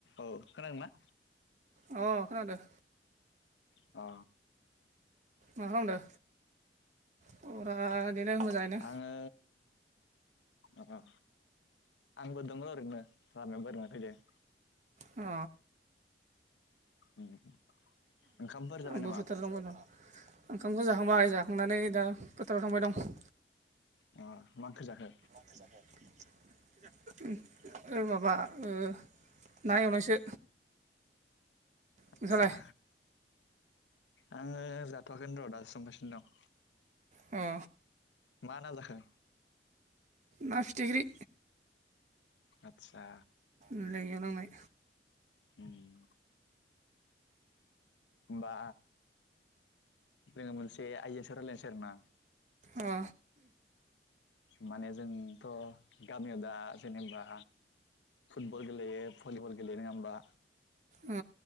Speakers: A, on the left (about 85°); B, on the right (about 45°).
A: <inaudible> औ खोनादोंना?
B: अ खोनादों।
A: अ।
B: मा खालामदों? खबरा बिदिनो मोजाङैनो।
A: आङो अ आंबो दंङो ओरैनो लामायाव बेरायनो फैदों।
B: अ
A: उम ओंखामफोर जाबाय
B: आंबो
A: नामा
B: फोथाराव थांबाय दं ओंखामखौ जाखांबाय जाखांनानै दा फोथाराव थांबाय दं।
A: अ मा ओंख्रै जाखो?
B: <unintelligible> <unintelligible> ओ माबा ओ ना एवनायसो। नोंसालाय
A: आदसा। आंङो जाथआखैनो र' दासो संगासिनो दं।
B: ओ
A: मा ना जाखो?
B: ना फिथिख्रि।
A: आदसा।
B: लांयिआव नांनाय।
A: उम होनबा बेलेग मोनसे आइदानि सायाव रायलायनोसै आरो ना।
B: ओ
A: माने जोंथ' गामियाव दा जेनेबा फुटबल गेलेयो, भलिबल गेलेयो नङा होमबा?
B: ओ